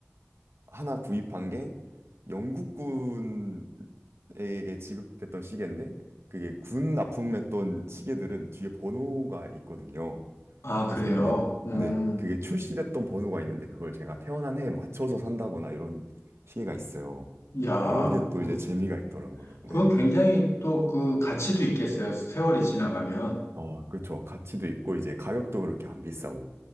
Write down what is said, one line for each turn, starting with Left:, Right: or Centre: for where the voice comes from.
Right: 하나 구입한 게 영국군에게 지급됐던 시계인데 그게 군 납품했던 시계들은 뒤에 번호가 있거든요.
Left: 아,
Right: 그래서
Left: 그래요.
Right: 그게
Left: 음.
Right: 네 그게 출시됐던 번호가 있는데 그걸 제가 태어난 해에 맞춰서 산다거나 이런 시기가 있어요.
Left: 야,
Right: 그런 게 또
Left: 그,
Right: 이제 재미가 있더라고요. 네.
Left: 그건 굉장히 또 그 가치도 있겠어요. 세월이 지나가면.
Right: 어, 그렇죠. 가치도 있고 이제 가격도 그렇게 안 비싸고